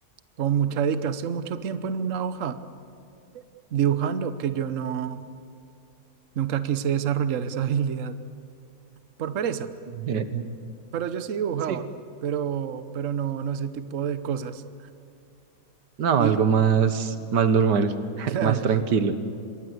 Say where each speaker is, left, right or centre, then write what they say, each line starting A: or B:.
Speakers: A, on the right (about 55°); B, on the right (about 80°).
A: con mucha dedicación, mucho tiempo en una hoja dibujando que yo no. Nunca quise desarrollar esa <laughs> habilidad por pereza,
B: eh,
A: pero yo sí dibujaba,
B: sí,
A: pero, pero no, no ese tipo de cosas.
B: no,
A: Y
B: algo más, más normal, <laughs>
A: claro,
B: más tranquilo.